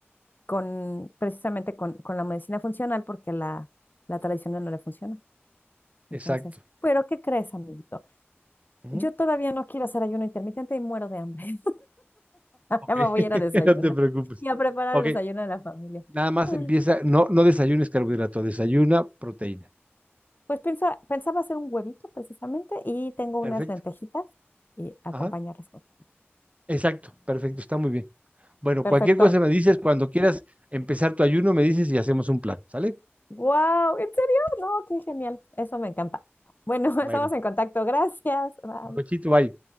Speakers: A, on the left; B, on the right.
A: con, precisamente con, con la medicina funcional porque la, la tradicional no le funciona. Entonces,
B: Exacto.
A: ¿pero qué crees, amiguito?
B: Ujú.
A: Yo todavía no quiero hacer ayuno intermitente y muero de hambre.
B: Ok,
A: Ya
B: <laughs>
A: me voy a ir a desayunar
B: no te preocupes.
A: y a preparar
B: Ok,
A: el desayuno de la familia.
B: nada más
A: Ay,
B: empieza, no, no desayunes carbohidrato, desayuna proteína.
A: Pues pensa- pensaba hacer un huevito precisamente y tengo
B: Perfecto.
A: unas lentejitas y acompañarlas
B: Ajá.
A: con.
B: Exacto, perfecto, está muy bien. Bueno,
A: Perfecto.
B: cualquier cosa me dices, cuando quieras empezar tu ayuno, me dices y hacemos un plan, ¿sale?
A: ¡Wow! <laughs> ¿En serio? No, qué genial. Eso me encanta. Bueno, <laughs>
B: Bueno,
A: estamos en contacto. Gracias. Bye.
B: provechito, bye.